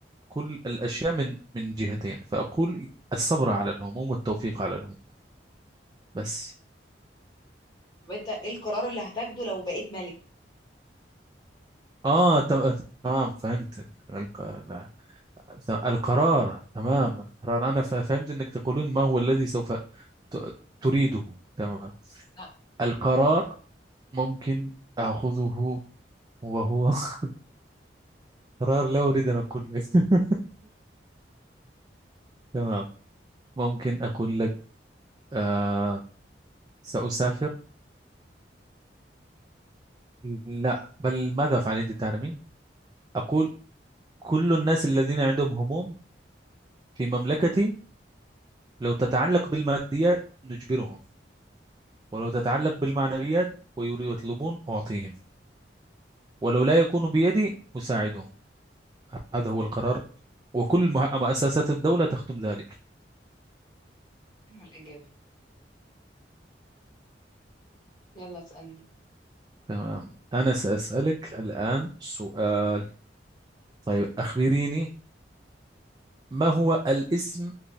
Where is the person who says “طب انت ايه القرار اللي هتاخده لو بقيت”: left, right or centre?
Left